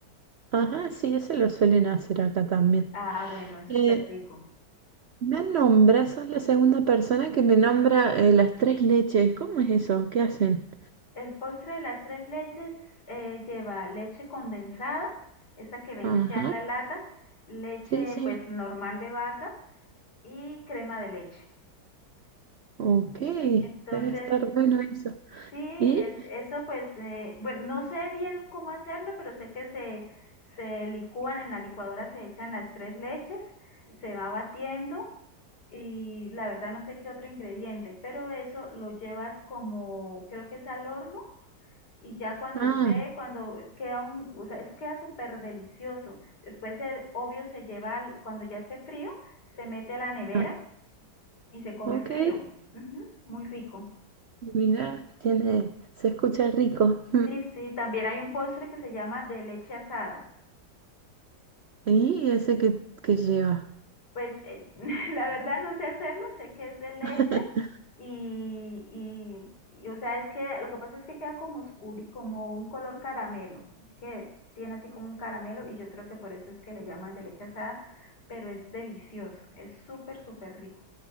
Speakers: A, on the right (about 60°); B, on the left (about 70°).
A: Ajá, sí, ese lo suelen hacer acá también.
B: Ah, bueno, es
A: Eh,
B: súper rico.
A: me nombras, sos la segunda persona que me nombra eh, las tres leches. ¿Cómo es eso? ¿Qué hacen?
B: El postre de las tres leches eh, lleva leche condensada, esa que venden
A: Ajá,
B: ya en la lata, leche
A: sí, sí.
B: pues normal de vaca y crema de leche.
A: Ok,
B: Entonces,
A: debe estar bueno eso.
B: sí, e-
A: ¿Y?
B: eso pues, eh, bueno, no sé bien cómo hacerlo, pero sé que se, se licúan en la licuadora, se echan las tres leches, se va batiendo y la verdad no sé qué otro ingrediente, pero eso lo llevas como, creo que es al horno y ya cuando
A: Ah,
B: esté, cuando queda un, o sea, eso queda súper delicioso. Después, el, obvio, se lleva, al- cuando ya esté frío, se mete a la nevera
A: ah,
B: y se come
A: ok.
B: frío. Ujú, muy rico.
A: Mira, tiene, se escucha rico. <laughs>
B: Sí, sí, también hay un postre que se llama de leche asada.
A: ¿Y ese que, que lleva?
B: pues eh, <laughs> la verdad no sé hacerlo, sé que es de leche
A: <laughs>
B: y, y, y, o sea, es que lo que pasa es que queda como oscuro y como un color caramelo, que tiene así como un caramelo y yo creo que por eso es que le llaman de leche asada, pero es delicioso, es súper, súper rico.